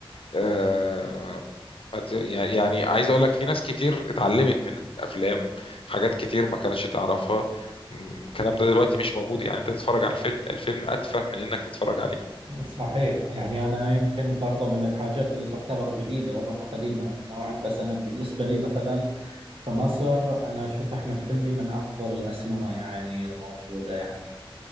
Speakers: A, on the left (about 75°); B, on the right (about 75°).
A: آه، أت- يعني يعني عايز اقول لك في ناس كتير اتعلمت من الافلام حاجات كتير ما كانتش تعرفها م، الكلام ده دلوقتي مش موجود يعني انت تتفرج على الفيلم الفيلم اتفه من انك تتفرج عليه
B: صحيح يعني أنا يمكن برضه من الحاجات اللي تعتبر جديدة ولو إنها قديمة نوعا بس أنا بالنسبة لي مثلا في مصر أنا أشوف أحمد حلمي من أفضل الأسماء يعني موجودة يعني